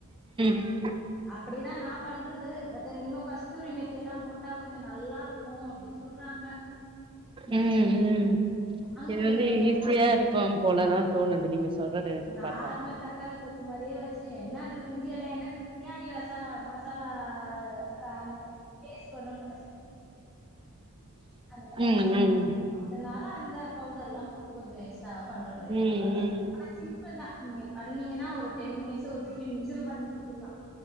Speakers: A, on the right; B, in the centre.
A: ம்
B: அப்படிதான் நான் பண்றது பட் இந்தனம கஸ்தூரி மெத்தி எல்லா போட்டா கொஞ்சௌ நல்லா இருக்கௌ அப்படின்னு சொல்றாங்க பட்
A: உம் உம்
B: வாங்குனது
A: இது வந்து
B: கெடையாது
A: ஈஸியா இருக்கோ போலதான் தோணுது நீங்க சொல்றத வச்சு
B: நார்மல்
A: பாத்தா
B: தக்காளி தொக்கு மாரியே வச்சுட்டு என்ன அந்த பிரிஞ்ஜ எல்லா என்ன அந்த பிரியாணி வச மசாலா பளும் அந்த ப
A: ம்
B: மசாலா
A: ம்
B: அதனால அந்த <inaudible> பவுடர் எல்லா போட்டு கொஞ்சோ எக் வா பண்ற முரியாது
A: ம்
B: அவ்வளோதான் சிம்பிள் தான் நீங்க பண்ணீங்கன்னா ஒரு டென் மிடஸ் ஒரு பிப்டின் மினிடஸ் பண்ணி முடித்துலா